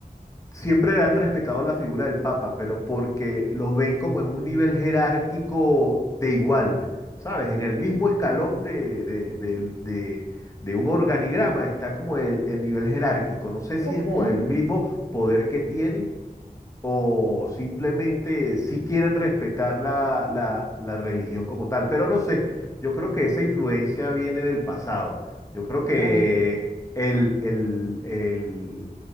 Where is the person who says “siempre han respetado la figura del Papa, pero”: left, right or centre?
Left